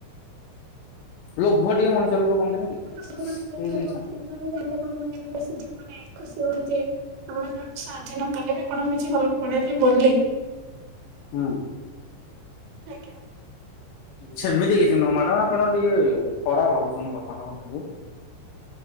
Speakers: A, on the left; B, on the right.
A: ଲୋଭ ଟିକେ ମଣିଷର ଯୋଉ କହନ୍ତିନି କି?
B: <inaudible> ମୁଁ
A: ସେଇ ଜିନିଷ।
B: ସାହାଯ୍ୟ ନ କଲେ ବି ଆପଣଙ୍କୁ କିଛି ଫରକ୍ ପଡେନି ବୋଲି।
A: ହଁ।
B: ଆଜ୍ଞା
A: ସେମିତି କିଛି ନୁହଁ ମ୍ୟାଡାମ ଆପଣ ଟିକେ ଖରାପ ଭାବୁଛନ୍ତି କଥାଟାକୁ ନେଇକି।